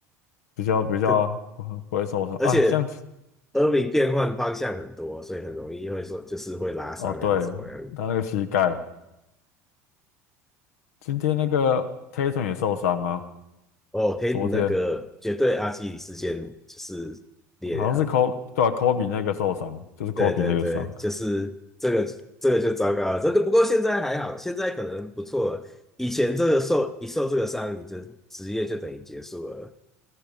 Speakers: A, on the left (about 75°); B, in the centre.
A: 比较比较不不会受伤啊。
B: <laughs> 可而且。
A: 像
B: 耳鸣变换方向很多，所以很容易会说就是会拉伤还是怎么样。
A: 哦对，他那个膝盖。今天那个 Tatum 也受伤啊，
B: 哦，陪你那个绝对阿基里事件就是裂了，
A: 昨天好像是 Kobe 对啊，Kobe 那个受伤，就是
B: 对对对，
A: Kobe 那个伤，
B: 就是这个这个就糟糕了，这个不过现在还好，现在可能不错了。以前这个受一受这个伤，你就职业就等于结束了。